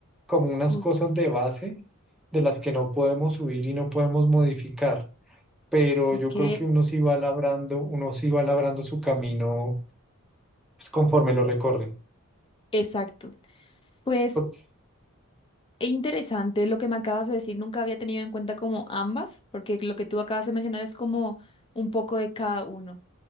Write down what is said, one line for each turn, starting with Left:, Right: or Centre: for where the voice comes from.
Centre: como unas
Left: o-
Centre: cosas de base de las que no podemos huir y no podemos modificar, pero
Left: ok,
Centre: yo creo que uno sí va labrando, uno sí va labrando su camino pues, conforme lo recorre.
Left: exacto. Pues
Centre: Porque,
Left: E interesante lo que me acabas de decir, nunca había tenido en cuenta como ambas, porque lo que tú acabas de mencionar es como un poco de cada uno.